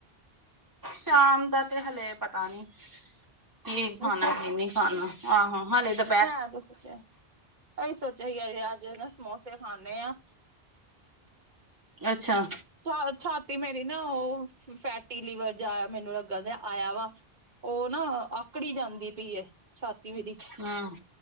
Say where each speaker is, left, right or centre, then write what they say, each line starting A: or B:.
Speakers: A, on the right; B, on the right.
A: ਸ਼ਾਮ ਦਾ ਤੇ ਹਲੇ ਪਤਾ ਨੀ, ਕੀ ਖਾਣਾ
B: ਅੱਛਾ
A: ਕੀ ਨਹੀ ਖਾਣਾ ਆਹੋ ਹਾਲੇ ਤਾਂ
B: ਮੈਂ ਅਜ ਸੋਚਿਆ ਅਸੀ ਸੋਚਿਆ ਅਜੇ ਅੱਜ ਸਮੋਸੇ ਖਾਣੇ ਆ
A: ਅੱਛਾ
B: ਛਾ ਛਾਤੀ ਮੇਰੀ ਨਾ ਉਹ ਫੈਟੀ ਲਿਵਰ ਜਾ ਮੈਨੂੰ ਲੱਗ ਆਇਆ ਵਾ ਉਹ ਨਾ ਆਕੜੀ ਜਾਂਦੀ ਪਈ, ਛਾਤੀ ਮੇਰੀ,
A: ਹਮ